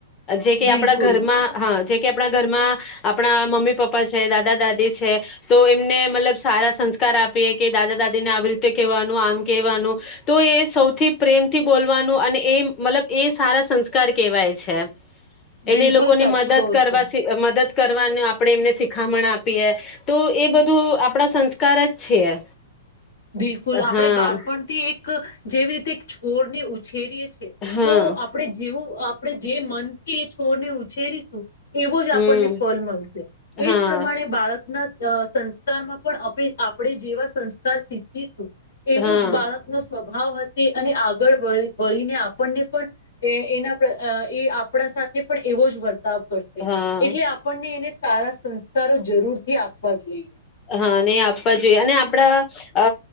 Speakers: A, on the left; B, on the left.
A: જે કે
B: બિલકુલ
A: આપણા ઘરમાં જે કે આપણા ઘરમાં, આપણા મમ્મી પપ્પા છે દાદા દાદી છે, તો એમને મતલબ સારા સંસ્કાર આપીએ કે દાદા દાદી ને આવી રીતે કહેવાનું આમ કેહેવાનું, તો એ સૌથી પ્રેમથી બોલવાનું અને એ મતલબ એ સારા સંસ્કાર કેહેવાય છે.
B: બિલકુલ
A: એને લોકોની
B: સાચું.
A: મદદ
B: કહો
A: કરવા
B: છે
A: સિ મદદ કરવાનું આપણેે એમને શિખામણ આપીએ, તો એ બધું આપણા સંસ્કાર જ છે.
B: બિલકુલ આપણે
A: હા
B: બાળપણથી એક જેવી રીતે છોડને ઉછેરીએ
A: હા
B: તો આપણેે જેવું આપણે જે મનથી એ છોરને ઉછેરીશું, એવો જ
A: હમ
B: આપણને ફલ મળશે.
A: હા
B: એજ પ્રમાણે બાળકના અ સંસ્કારમાં પણ આપેલ, આપણે જેવા સંસ્કાર કાર સિંચીશું. એવો
A: હા
B: જ બાળકનો સ્વભાવ હશે અને આગળ વળીને આપણને પણ એના એ આપણા સાથે પણ એવો જ વર્તાવ કરશે.
A: હા
B: એટલે આપણને એને સારા સંસ્કારો જરૂર થી આપવા જોઈએ.
A: હા નહી આપવા જોઈએ અને આપણા અ